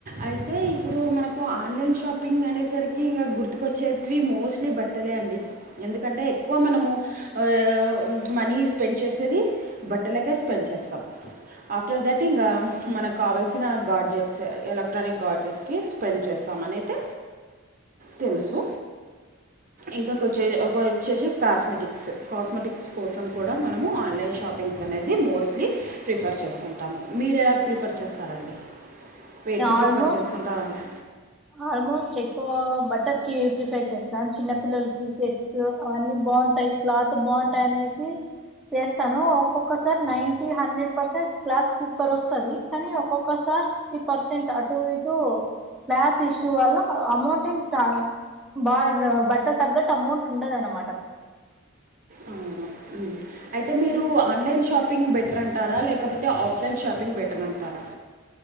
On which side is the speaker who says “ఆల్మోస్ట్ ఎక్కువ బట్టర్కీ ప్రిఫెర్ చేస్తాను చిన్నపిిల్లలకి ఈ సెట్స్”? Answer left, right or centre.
Centre